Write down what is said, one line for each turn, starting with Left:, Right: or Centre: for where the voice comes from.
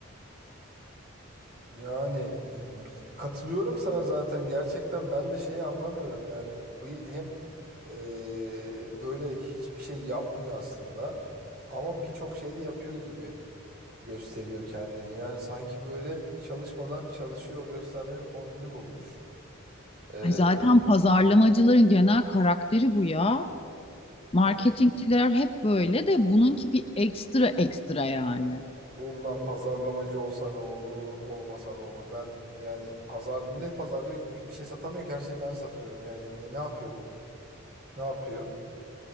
Right: yani e, bir- katılıyorum sana zaten gerçekten ben de şeyi anlamıyorum yani bu hem e, böyle hiçbir şey yapmıyor aslında ama birçok şey de yapıyor gibi. gösteriyor kendini. Yani sanki böyle çalışmadan çalışıyor göstermenin formülünü bulmuş. Ee,
Left: Ay zaten pazarlamacıların genel karakteri bu ya. Marketingçiler
Right: bu-
Left: hep böyle de bununki bir ekstra ekstra yani.
Right: bundan pazarlamacı olsa ne olur, olmasa ne olur? Ben yani pazar bu ne pazarlıyor ki? Bu hiçbir şey satamıyor ki her şeyi ben satıyorum. Yani ne, ne yapıyor bu? Ne yapıyor?